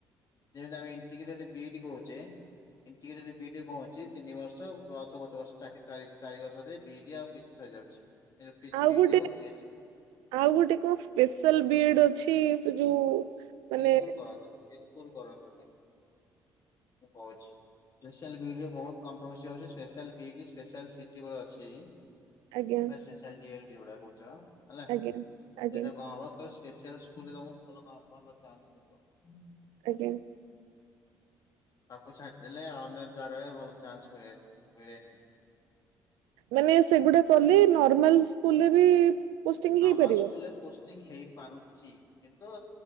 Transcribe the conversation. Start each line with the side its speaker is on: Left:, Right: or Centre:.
Left: ଯେମିତି ଆମେ ଇଣ୍ଟିଗ୍ରେଟେଡ ବି ଏ ଡି କହୁଛେ ଇଣ୍ଟିଗ୍ରେଟେଡ ବି ଏ ଡି ରେ କଣ ହଉଛି, ତିନି ବର୍ଷ ପ୍ଲସ ଗୋଟେ ବର୍ଷ ଚାରି ଚାରି ଚାରି ବର୍ଷ ରେ ବି ଇ ଡି ଆଉ ପିଜ ସରିଯାଉଛି।
Right: ଆଉ
Left: ବିଇଡି
Right: ଗୋଟେ
Left: ବିଏସି
Right: ଆଉ ଗୋଟେ କଣ ସ୍ପେଶାଲ ବି ଏ ଡ ଅଛି। ସେ ଯୋଉ ମାନେ
Left: ବିଲକୁଲ କରନ୍ତୁନି, ବିଲକୁଲ କରନ୍ତୁନି। ମୁଁ କହୁଛି। ସେପ୍ସିଆଲ ବିଡି ରେ ବହୁତ୍ କଣ୍ଟ୍ରଭସି ହୋଉଛି ସେପ୍ସିଆଲ ବିଡି ସ୍ପେଶାଲ ସିଟି ଅଛି।
Right: ଆଜ୍ଞା
Left: ସେପ୍ସିଆଲ ଡିଏଲ୍ଡି ଯୌଡା କହୁଛ ହେଲା
Right: ଆଜ୍ଞା ଆଜ୍ଞା
Left: ସେଟା କଣ ହବ ସେପ୍ସିଆଲ ସ୍କୁଲ୍ ରେ ଭଲ ଚାନ୍ସ ମିଳିବ।
Right: ଆଜ୍ଞା।
Left: ତାକୁ ଛାଡିଦେଲେ ଅନ୍ୟ ଜାଗାରେ ଭଲ ଚାନ୍ସ ମିଳେନ ମିଳେନି।
Right: ମାନେ ସେଗୁଡା କଲେ ନର୍ମାଲ ସ୍କୁଲରେ ବି ପୋଷ୍ଟିଂ
Left: ନର୍ମାଲ
Right: ହେଇପାରିବ
Left: ସ୍କୁଲ ରେ ପୋଷ୍ଟିଙ୍ଗ ହେଇପାରୁଛି କିନ୍ତୁ